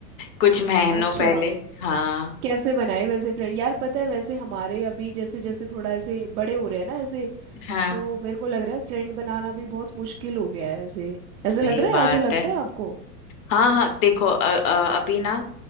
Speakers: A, on the left; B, on the right.
A: कुछ महीनों
B: अच्छा
A: पहले हाँ
B: कैसे बनाए वैसे फ्रेंड यार पता है वैसे हमारे अभी जैसे जैसे थोड़ा ऐसे बड़े हो रहे हैं ना ऐसे
A: हाँ
B: तो मेरे को लग रहा है फ्रेंड बनाना भी बहुत मुश्किल हो गया है ऐसे ऐसे
A: सही
B: लग रहा
A: बात
B: है ऐसे लगता
A: है
B: है आपको
A: हाँ हाँ देखो अ, अ, अभी ना